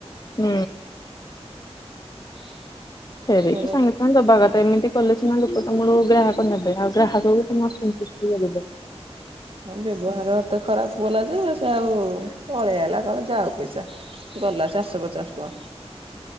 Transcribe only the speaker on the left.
ହୁଁ।
ଫେରେଇକି
ସାଙ୍ଗେ ସାଙ୍ଗେ ଦବା କଥା ଏମିତି କଲେ ସେମାନେ ଲୋକ ତମଠୁ ଗ୍ରାହକ ନେବେ ଆଉ ଗ୍ରାହକକୁ ତମେ ଅସନ୍ତୁଷ୍ଟ। ପ୍ରିୟ ଦେବେ।